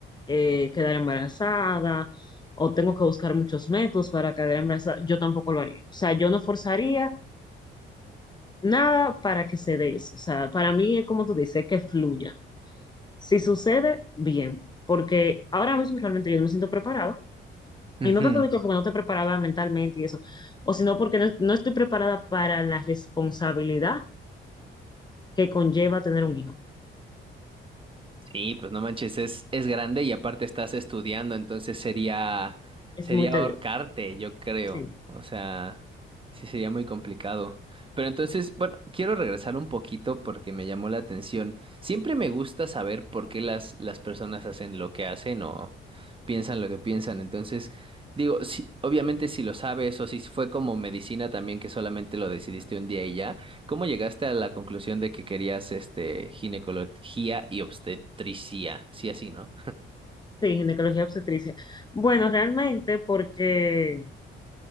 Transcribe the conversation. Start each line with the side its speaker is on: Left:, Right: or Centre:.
Left: eh, quedar embarazada o tengo que buscar muchos métodos para quedar embarazada, yo tampoco lo haría. O sea, yo no forzaría nada para que se dé eso. O sea, para mí es como tú dices, que fluya. Si sucede, bien, porque ahora mismo realmente yo no me siento preparada
Right: ujú,
Left: y no tanto
Right: ujú.
Left: de que porque no estoy preparada mentalmente y eso, o sino porque no, no estoy preparada para la responsabilidad que conlleva tener un hijo.
Right: Sí, pues no manches, es, es grande y aparte estás estudiando, entonces sería,
Left: Es
Right: sería
Left: muy tedioso.
Right: ahorcarte, yo creo.
Left: Sí,
Right: O sea, sí sería muy complicado. Pero entonces, bueno, quiero regresar un poquito porque me llamó la atención. Siempre me gusta saber por qué las, las personas hacen lo que hacen o piensan lo que piensan. Entonces, digo, sí, obviamente si lo sabes o si fue como medicina también que solamente lo decidiste un día y ya. ¿Cómo llegaste a la conclusión de que querías este ginecología y obstetricia? Sí, así, ¿no?
Left: sí, ginecología obstetricia. Bueno, realmente porque